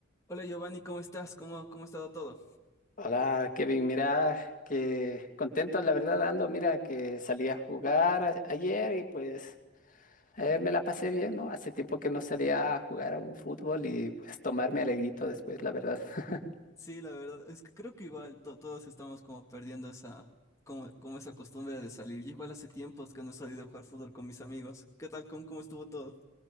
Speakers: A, on the left; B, on the left.
A: Hola Giovanni, ¿cómo estás? ¿Cómo, cómo ha estado todo?
B: Hola, Kevin, mira, que contento, la verdad, ando, mira, que salí a jugar a- ayer y pues eh, me la pasé bien, ¿no? Hace tiempo que no salía a jugar a un fútbol y pues tomarme alegrito después, la verdad. <laughs>
A: Sí, la verdad, es que creo que igual to- todos estamos como perdiendo esa, como, como esa costumbre de salir. Yo igual hace tiempos que no he salido a jugar fútbol con mis amigos. ¿Qué tal? ¿Cómo, cómo estuvo todo?